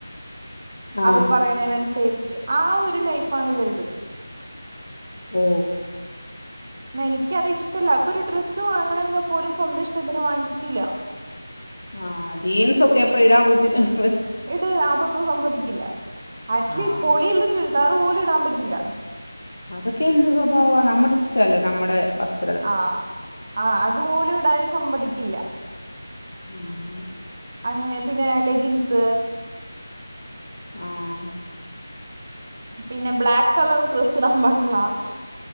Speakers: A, on the left; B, on the right.
A: ആഹ്
B: അവര് പറയണേനന്സരിച്ച് ആ ഒരു ലൈഫാണ് ഇവരത്.
A: ഓ
B: എന്നെനിക്കത് ഇഷ്ടല്ല ഇപ്പൊരു ഡ്രസ്സ് വാങ്ങണങ്ക പോലും സ്വന്തം ഇഷ്ടത്തിന് വാങ്ങിക്കില്ല.
A: ആഹ് ജീൻസൊക്കെ അപ്പെ ഇടാൻ ബുധി ഹ്
B: ഇട് അതൊന്നും സമ്മതിക്കില്ല അറ്റ്ലീസ്റ്റ്
A: ആഹ്
B: പൊളിയിള്ള ചുരിദാറ് പോലും ഇടാൻ പറ്റുല്ല.
A: അതൊക്കെ എന്ത് സ്വഭാവാ ന്നമ്മടെ ഇഷ്ടല്ലെ ന്നമ്മടെ വസ്-
B: ആഹ് ആ അതുപോലും ഇടാൻ സമ്മതിക്കില്ല.
A: ഉം
B: അങ്ങനെ പിനെ ലെഗിൻസ്.
A: ആഹ്
B: പിന്നെ ബ്ലാക്ക് കളർ ഡ്രെസ്സ്ടാ പാട്ളാ.